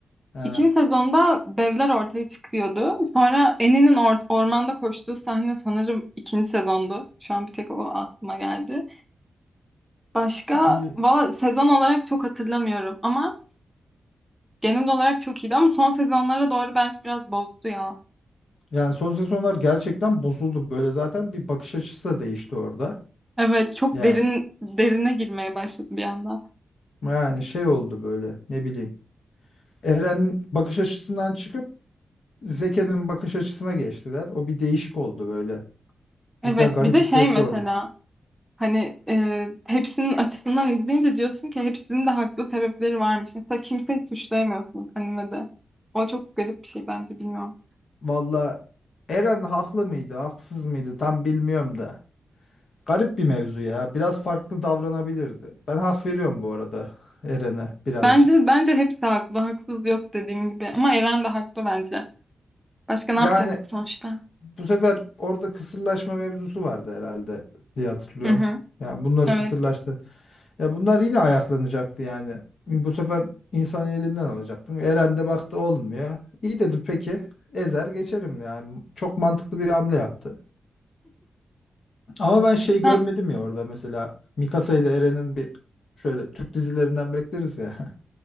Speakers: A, on the left (about 65°); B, in the centre.
A: Ee,
B: İkinci sezonda devler ortaya çıkıyordu. Sonra Annie'nin or- ormanda koştuğu sahne sanırım ikinci sezondu. Şu an bir tek o aklıma geldi. Başka
A: İkinci
B: valla sezon olarak çok hatırlamıyorum ama genel olarak çok iyiydi ama son sezonlara doğru bence biraz bozdu ya.
A: yani son sezonlar gerçekten bozuldu böyle zaten bir bakış açısı da değişti orada.
B: Evet çok
A: Yani
B: derin derine girmeye başladı bir anda.
A: yani şey oldu böyle ne bileyim. Eren bakış açısından çıkıp Zeke'nin bakış açısına geçtiler. O bir değişik oldu böyle.
B: Evet
A: İnsan garip
B: bir de
A: hissetti
B: şey mesela
A: orada.
B: hani e, hepsinin açısından izleyince diyorsun ki hepsinin de haklı sebepleri varmış. Mesela kimseyi suçlayamıyorsun animede. O çok garip bir şey bence bilmiyorum.
A: Valla Eren haklı mıydı, haksız mıydı tam bilmiyorum da. Garip bir mevzu ya. Biraz farklı davranabilirdi. Ben hak veriyorum bu arada Eren'e birazcık.
B: Bence bence hepsi haklı. Haksız yok dediğim gibi. Ama Eren de haklı bence. Başka ne
A: Yani
B: yapacaktı sonuçta?
A: Bu sefer orada kısırlaşma mevzusu vardı herhalde diye hatırlıyorum.
B: Hı hı.
A: Yani bunları
B: Evet.
A: kısırlaştı. Ya bunlar yine ayaklanacaktı yani. Bu sefer insanı elinden alacaktın. Eren de baktı olmuyor. İyi dedi peki. Ezer geçerim yani. Çok mantıklı bir hamle yaptı. Ama ben şey
B: Sen
A: görmedim ya orada mesela Mikasa ile Eren'in bir şöyle Türk dizilerinden bekleriz ya. <laughs>